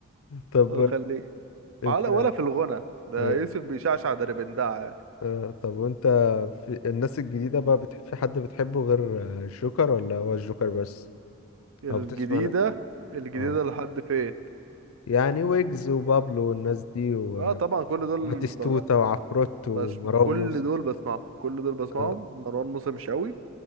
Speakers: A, on the left; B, on the right.
A: طب
B: هو خليه
A: انت
B: ولا ولا في الغنى ده
A: أيوة.
B: يوسف بيشعشع دربندعة يعني
A: اه طب وانت في الناس الجديدة بقى بتح... في حد بتحبه غير الجوكر ولا هو الجوكر بس
B: الجديده
A: او بتسمع لك
B: الجديده
A: اه
B: لحد فين
A: يعني ويجز وبابلو والناس دي
B: اه طبعا كل دول
A: وباتيستوتا
B: ب...
A: وعفروت ومروان
B: بس كل
A: موسى
B: دول بسمعهم كل دول بسمعهم
A: اه
B: مروان موسى مش قوي